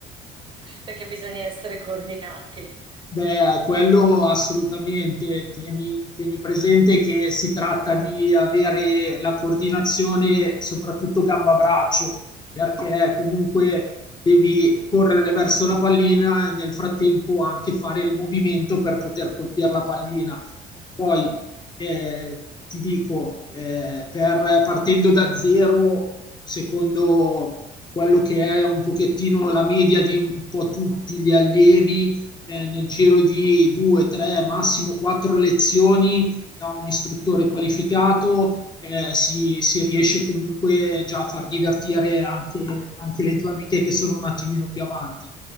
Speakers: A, on the right; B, on the left.
A: Perché bisogna essere coordinati.
B: Beh, quello assolutamente. Tieni, tieni presente che si tratta di avere la coordinazione, soprattutto gamba-braccio, perché comunque devi correre verso la pallina e nel frattempo anche fare il movimento per poter colpire la pallina. Poi eh, ti dico, eh, per- partendo da zero, secondo quello che è un pochettino la media di un po' tutti gli allievi eh, nel giro di due, tre, massimo quattro lezioni da un istruttore qualificato eh, si, si riesce comunque già a far divertire anche, anche le tue amiche che sono un attimino più avanti.